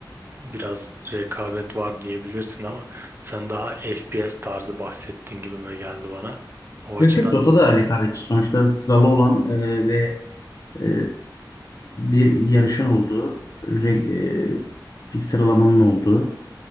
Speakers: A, on the right; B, on the left.
A: biraz rekabet var diyebilirsin ama sen daha FPS tarzı bahsettiğin gibime geldi bana. O açıdan
B: Yok yok Dota da rekabetçi. Sonuçta sıralı olan e, ve e, bir yarışın olduğu, re- e, bir sıralamanın olduğu